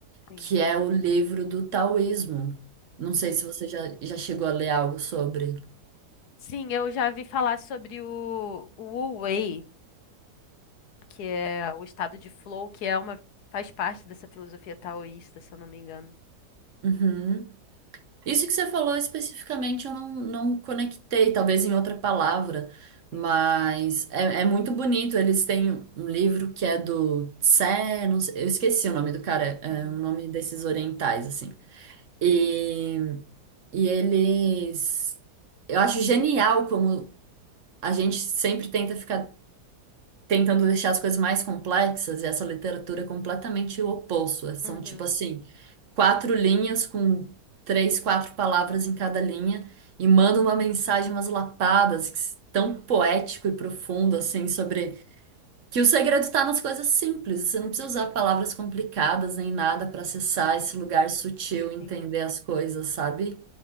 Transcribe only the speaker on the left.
sim,
uhum.
Sim, eu já vi falar sobre o, o Wu Wei, que é o estado de flow, que é uma, faz parte dessa filosofia taoísta, se eu não me engano.
Sim.
Uhum,
uhum,
uhum,
sim,